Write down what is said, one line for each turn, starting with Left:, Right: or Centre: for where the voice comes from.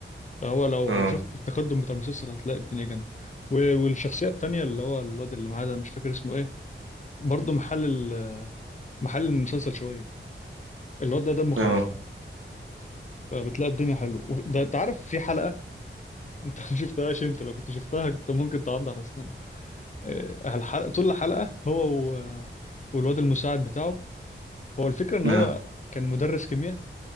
Left: فهو لو
Right: اه
Left: لو شفت التقدم بتاع المسلسل هتلاقي الدنيا جامده و- والشخصيه التانيه اللي هو الواد اللي معاه ده مش فاكر اسمه ايه برضه محل ال- محل المسلسل شويه الواد ده دمه خفيف
Right: اه
Left: فبتلاقي الدنيا حلوه و- ده انت عارف في حلقه <laughs> انت ما شفتهاش انت لو كنت شفتها كنت ممكن تعض على اسنانك آه، الحلقه طول الحلقه هو و... والواد المساعد بتاعه هو الفكره ان
Right: اه
Left: هو كان مدرس كيمياء